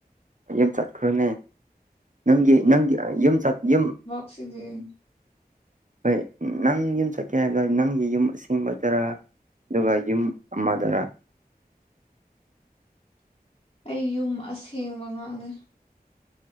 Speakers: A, on the right (about 50°); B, on the left (about 40°).
A: ꯌꯨꯝ ꯆꯠꯈ꯭ꯔꯣꯅꯦ ꯅꯪꯒꯤ ꯅꯪꯒꯤ ꯌꯨꯝ ꯌꯨꯝ__
B: ꯁꯤꯗꯤ꯫
A: ꯍꯣꯏ ꯅꯪ ꯌꯨꯝ ꯆꯠꯀꯦ ꯍꯥꯏꯕꯗ ꯅꯪꯒꯤ ꯌꯨꯝ ꯑꯁꯦꯡꯕꯗꯔ꯫ ꯑꯗꯨꯒ ꯌꯨꯝ ꯑꯃꯗꯔ꯫
B: ꯑꯩ ꯌꯨꯝ ꯑꯁꯦꯡꯕ ꯉꯥꯛꯅꯦ꯫